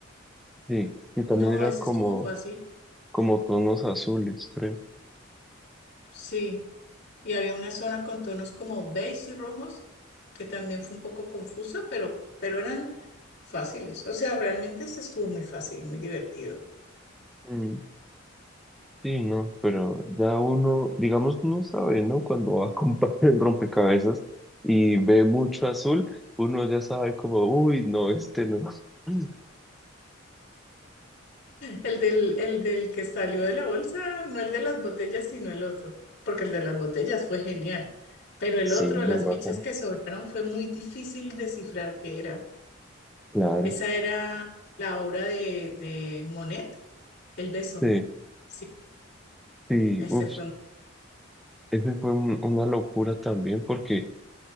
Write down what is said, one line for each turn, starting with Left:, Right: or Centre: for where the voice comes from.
Centre: Sí. Y también
Left: No,
Centre: era
Left: ese
Centre: como,
Left: estuvo fácil,
Centre: como tonos azules, creo.
Left: sí. Y había una zona con tonos como beige y rojos, que también fue un poco confusa, pero, pero eran fáciles. O sea, realmente ese estuvo muy fácil, muy divertido.
Centre: Mm, Sí, no, pero ya uno, digamos, uno sabe, ¿no? Cuando va a <laughs> comprar el rompecabezas y ve mucho azul, uno ya sabe como, uy, no, este no. <laughs>
Left: El del, el del que salió de la bolsa, no el de las botellas, sino el otro, porque el de las botellas fue genial. Pero el
Centre: Sí,
Left: otro,
Centre: muy
Left: las
Centre: bacano.
Left: fichas que sobraron, fue muy difícil descifrar qué era.
Centre: Claro.
Left: Esa era la obra de, de Monet, El beso.
Centre: Sí,
Left: Sí,
Centre: sí,
Left: ese
Centre: uff,
Left: fue.
Centre: ese fue un- una locura también porque